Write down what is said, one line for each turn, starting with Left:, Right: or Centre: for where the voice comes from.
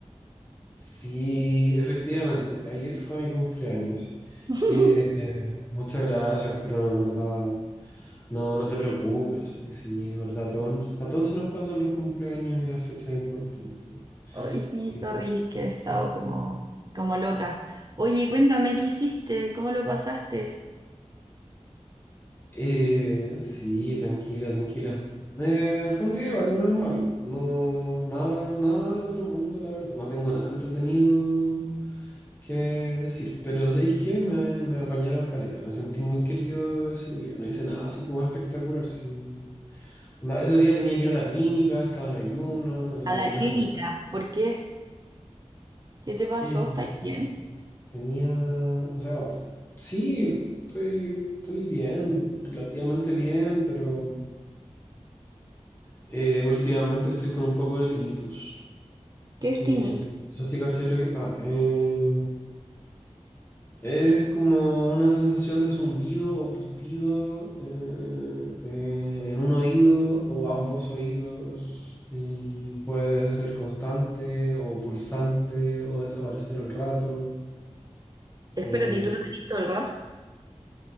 Left: Sí, efectivamente, ayer fue mi cumpleaños.
Right: <laughs>
Left: Eh, muchas gracias, pero en verdad, no, no te preocupes. Sí, en verdad, a todos, a todos se nos pasan los cumpleaños y las fechas importantes.
Right: Ay, sí,
Left: Eh,
Right: sorry, es que he estado como, como loca. Oye, cuéntame, ¿qué hiciste? ¿Cómo lo pasaste?
Left: eh, sí, tranquila, tranquila. Eh, fue un día igual normal, no, nada, nada del otro mundo, la verdad. No tengo nada entretenido qué decir. Pero ¿sabéis qué? Me, me apañaron caleta. Me sentí muy querido ese día. No hice nada así como espectacular. sin- Onda, ese día tenía que ir a la clínica, estaba en ayuno, en la
Right: A
Left: mañana
Right: la clínica.
Left: fui al...
Right: ¿Por qué? ¿Qué te pasó?
Left: Eh,
Right: ¿Estás
Left: eh,
Right: bien?
Left: tenía... O sea, sí, estoy, estoy bien, relativamente bien, pero eh, últimamente estoy con un poco de tinnitus.
Right: ¿Qué es
Left: Eh,
Right: tinnitus?
Left: no sé si caché lo que... Ah, eh, Es como una sensación de zumbido o pitido eh, eh, en un oído o ambos oídos y puede ser constante o pulsante o desaparecer el rato.
Right: Espérate,
Left: Eh,
Right: ¿y tú lo tenés todo el rato?